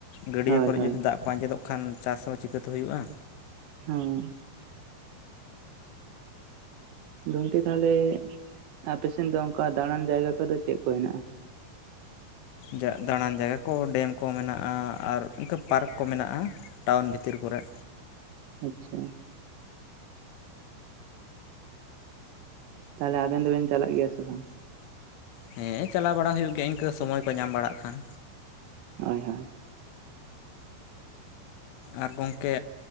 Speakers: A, on the left; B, on the right.
A: ᱜᱟᱹᱰᱭᱟᱹ
B: ᱦᱳᱭ
A: ᱠᱚᱨᱮᱜ
B: ᱦᱳᱭ
A: ᱡᱩᱫᱤ ᱫᱟᱜ ᱠᱚ ᱟᱸᱡᱮᱫᱚᱜ ᱠᱷᱟᱱ ᱪᱟᱥ ᱦᱚᱸ ᱪᱤᱠᱟᱹᱛᱮ ᱦᱩᱭᱩᱜᱼᱟ?
B: ᱦᱩᱸ ᱜᱚᱝᱠᱮ ᱛᱟᱦᱞᱮ ᱟᱯᱮᱥᱮᱱ ᱫᱚ ᱚᱝᱠᱟ ᱫᱟᱸᱲᱟᱱ ᱡᱟᱭᱜᱟ ᱠᱚᱫᱚ ᱪᱮᱜ ᱠᱚ ᱦᱮᱱᱟᱜᱼᱟ?
A: ᱡᱟ ᱫᱟᱸᱲᱟᱱ ᱡᱟᱭᱜᱟ ᱠᱚ ᱰᱮᱢ ᱠᱚ ᱢᱮᱱᱟᱜᱼᱟ, ᱟᱨ ᱤᱝᱠᱟᱹ ᱯᱟᱨᱠ ᱠᱚ ᱢᱮᱱᱟᱜᱼᱟ᱾ ᱴᱟᱣᱩᱱ ᱵᱷᱤᱛᱤᱨ ᱠᱚᱨᱮᱜ᱾
B: ᱟᱪᱪᱷᱟ ᱛᱟᱦᱞᱮ ᱟᱵᱮᱱ ᱫᱚᱵᱮᱱ ᱪᱟᱞᱟᱜ ᱜᱮᱭᱟ ᱥᱮ ᱵᱟᱝ
A: ᱦᱮᱸ ᱪᱟᱞᱟᱣ ᱵᱟᱲᱟ ᱦᱩᱭᱩᱜ ᱜᱮᱭᱟ ᱤᱱᱠᱟᱹ ᱥᱚᱢᱚᱭ ᱠᱚ ᱧᱟᱢ ᱵᱟᱲᱟᱜ ᱠᱷᱟᱱ
B: ᱦᱳᱭ ᱦᱳᱭ
A: ᱟᱨ ᱜᱚᱢᱠᱮ